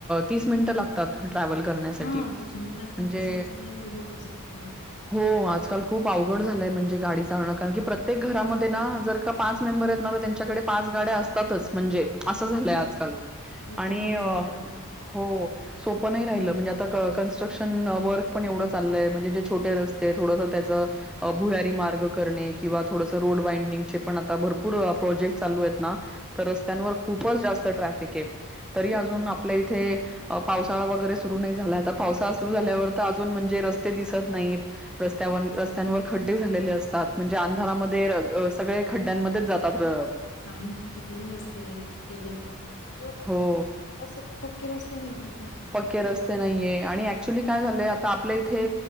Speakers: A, in the centre; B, on the left (about 55°).
A: तीस मिनिटं लागतात. ट्रॅव्हल करण्यासाठी.
B: हां, दुसऱ्या डिपार्टमेंट
A: म्हणजे
B: असेल काही लोक नाही
A: हो आजकाल खूप अवघड झालंय. म्हणजे गाडी चालवणं कारण की प्रत्येक घरामध्ये ना जर का पाच मेंबर आहेत ना तर त्यांच्याकडे पाच गाड्या असतातच म्हणजे असं झालंय आजकाल
B: प्रत्येक
A: आणि
B: माणसाकडे
A: हो सोपं नाही राहिलं म्हणजे आ ता कंक्स्ट्रशन वर्क पण एवढं चाललंय म्हणजे जे छोटे रस्ते थोडंसं ते भुयारी मार्ग करणे किंवा थोडंसं रोड वायडिंगचे पण आता भरपूर प्रोजेक्ट चालू आहेत. रस्त्यांवर खूपच जास्त ट्रफिक आहे. तरी
B: खूपच
A: अजून
B: हं,
A: आपल्या इथे वसाळा वगैरे सुरु नाही झाला आता पावसाळा सुरु झाल्यावर ता अजून म्हणजे रस्ते दिसत नाहीत, रस्त्यावर रस्त्यांवर खड्डे झालेले असतात. म्हणजे अंधारामध्ये अं सगळे खड्ड्यांमध्येच जातात अ
B: आणि किती रस्ते असते गेले पण <unintelligible>
A: हो
B: असं पक्के रस्ते नाही पण
A: पक्के रस्ते नाहीये आणि ऍक्च्युली काय झालंय आता आपल्या इथे